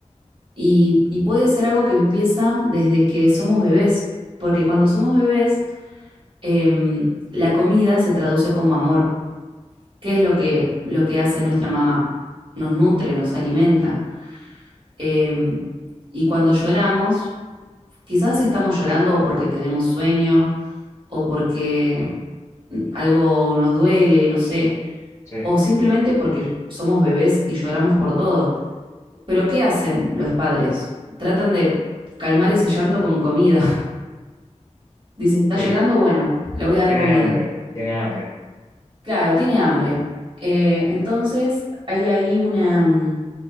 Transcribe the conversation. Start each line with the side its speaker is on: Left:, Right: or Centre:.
Right: Y, y puede ser algo que empieza desde que somos bebés, porque cuando
Left: Ujú.
Right: somos bebés, eh, la comida se traduce como amor. ¿Qué es lo que, lo que hace nuestra mamá? Nos nutre, nos alimenta. Eh, y cuando lloramos, quizás estamos llorando o porque tenemos sueño o porque mm, algo nos duele, no sé,
Left: Sí,
Right: o simplemente porque somos bebés y lloramos por todo. Pero ¿qué hacen los padres? Tratan de calmar ese llanto con comida. <laughs> Dice, está
Left: sí,
Right: llorando, bueno, le voy a dar
Left: tiene
Right: comida.
Left: hambre, tiene hambre.
Right: Claro, tiene hambre. Eh, entonces hay ahí una, um,